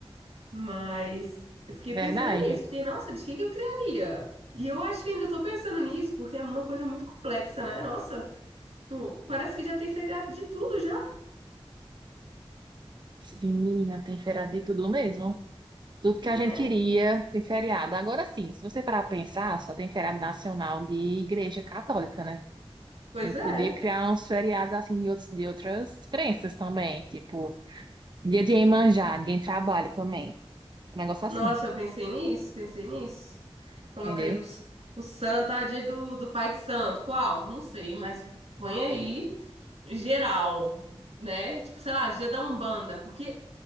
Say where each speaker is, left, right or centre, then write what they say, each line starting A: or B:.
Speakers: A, on the right; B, on the right.
A: Mas eu fiquei pensando
B: Verdade.
A: nisso. Fiquei, nossa, de que que eu criaria? E eu acho que ainda tô pensando nisso, porque é uma coisa muito complexa, né? Nossa, tipo, parece que já tem feriado de tudo já,
B: Sim, menina, tem feriado de tudo mesmo. Tudo que
A: né?
B: a gente queria de feriado. Agora sim, se você parar para pensar, só tem feriado nacional de igreja católica, né?
A: Pois
B: A gente
A: é.
B: podia criar uns feriados assim de, outros, de outras crenças também, tipo dia de Iemanjá, ninguém trabalha também. Um negócio assim,
A: Nossa, eu pensei nisso, pensei nisso. Coloca
B: entendeu?
A: aí os, o santo, ah, dia do, do pai de santo. Qual? Não sei, mas põe aí geral, né? Tipo, sei lá, dia da Umbanda, porque